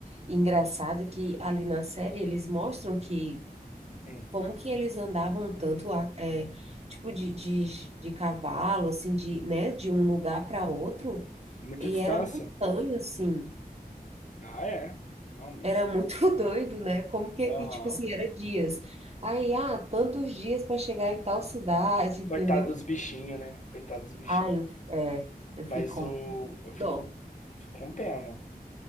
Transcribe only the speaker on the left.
Hum.
Muita
distância?
Ah, é. Não, mas.
Aham.
Coitado dos bichinhos, né? Coitado dos bichinhos.
Mas
o. Eu
fico, fico com pena.